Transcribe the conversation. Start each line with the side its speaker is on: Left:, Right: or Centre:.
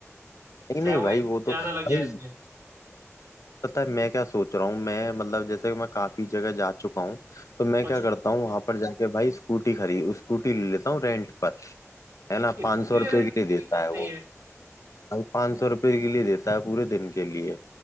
Left: नहीं
Right: चाहे
Left: नहीं भाई
Right: वो एक दिन
Left: वो
Right: ज्यादा
Left: तो भाई
Right: लग जाए तो क्या
Left: पता है मैं क्या सोच रहा हूँ मैं मतलब जैसे मैं काफी जगह जा चुका हूँ तो मैं क्या
Right: अच्छा
Left: करता हूँ वहां पर जाके भाई स्कूटी खरीद स्कूटी ले लेता हूँ रेंट पर है ना पाँच
Right: स्कूटी
Left: सौ रुपए
Right: ले लेंगे
Left: के
Right: कोई
Left: लिए देता
Right: दिक्कत
Left: है
Right: नहीं
Left: वो
Right: है
Left: भाई पाँच सौ रुपये के लिए देता है पूरे दिन के लिए